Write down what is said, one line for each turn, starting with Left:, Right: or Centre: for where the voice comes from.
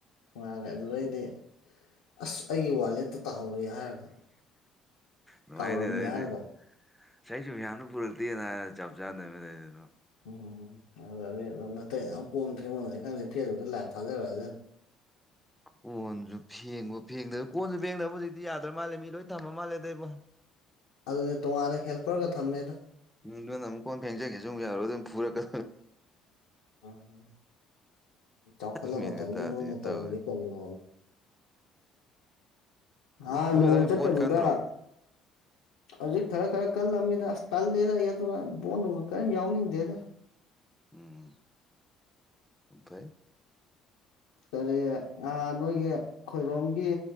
Left: ꯉꯔꯦ ꯑꯗꯨꯗꯩꯗꯤ ꯑꯁ ꯑꯩꯒꯤ ꯋꯥꯂꯦꯠꯇ ꯇꯧꯍꯧꯔꯦ ꯍꯥꯏꯔꯒ
Centre: ꯅꯨꯡꯉꯥꯏꯅꯦ
Left: ꯀꯥꯎꯔꯝꯃꯤ
Centre: ꯑꯗꯩꯗꯤ
Left: ꯍꯥꯏꯔꯒ
Centre: ꯏꯁꯩꯁꯨ ꯌꯥꯝꯅ ꯄꯨꯔꯛꯇꯦꯅ ꯍꯥꯏꯔ ꯆꯞ ꯆꯥꯅꯅ ꯂꯩꯔꯤꯗ
Left: ꯎꯝ ꯑꯗꯨꯅꯗꯤ ꯑꯗꯨꯝ ꯅꯥꯇꯩ ꯅꯅꯥꯎ ꯀꯣꯟ ꯐꯦꯡꯕꯥꯝꯗꯩꯩ ꯐꯦꯁꯕꯨꯛꯇ ꯂꯥꯏꯞ ꯊꯥꯖꯔꯛꯑꯁꯅꯤ꯫
Centre: ꯀꯣꯟꯁꯨ ꯐꯦꯡꯕ ꯐꯦꯡꯗꯕ ꯀꯣꯟꯁꯨ ꯐꯦꯡꯗꯕ ꯍꯧꯖꯤꯛꯇꯤ ꯌꯥꯗ꯭ꯔ ꯃꯥꯜꯂꯦ ꯃꯤ ꯂꯣꯏ ꯊꯝꯃ ꯃꯥꯜꯂꯦ ꯑꯗꯩꯕꯣ꯫
Left: ꯑꯗꯨꯅꯦ ꯇꯣꯉꯥꯟꯅ ꯍꯦꯜꯄꯔꯒ ꯊꯝꯃꯦꯗ꯫
Centre: ꯅꯪ ꯅꯪꯅ ꯑꯃꯨꯛ ꯀꯣꯟ ꯐꯦꯡꯖꯒꯦ ꯑꯃꯨꯛ ꯌꯥꯔꯣꯏ ꯑꯗꯨꯝ ꯐꯨꯔꯒ꯫
Left: ꯎꯝ ꯆꯥꯎꯈꯠꯂ
Centre: ꯃꯦꯟꯒ
Left: ꯃꯇꯝꯁꯤꯗ
Centre: ꯇꯥꯗꯦ
Left: ꯅꯣꯏꯅ
Centre: ꯇꯧꯔꯤ
Left: ꯇꯧꯔꯤꯁꯤ ꯀꯔꯤꯅꯣ꯫ ꯅꯍꯥꯟ
Centre: ꯅꯣꯏ
Left: ꯂꯨꯍꯣꯡ
Centre: ꯑꯗꯥꯏ
Left: ꯆꯠꯄꯗꯨꯗ꯫
Centre: ꯕꯣꯠ ꯀꯟꯗ꯭ꯔꯣ
Left: ꯍꯧꯖꯤꯛ ꯈꯔ ꯈꯔ ꯀꯜꯂꯝꯃꯤꯗ ꯑꯁ ꯇꯜꯂꯦꯅ ꯑꯩ ꯑꯗꯨꯅ ꯕꯣꯠ ꯅꯨꯡꯒ ꯀꯩꯝ ꯌꯥꯎꯅꯤꯡꯗꯦꯗ꯫
Centre: ꯎꯝ ꯐꯩ꯫
Left: ꯀꯔꯤ ꯉꯍꯥꯟ ꯅꯣꯏꯒꯤ ꯈꯣꯏꯔꯣꯝꯒꯤ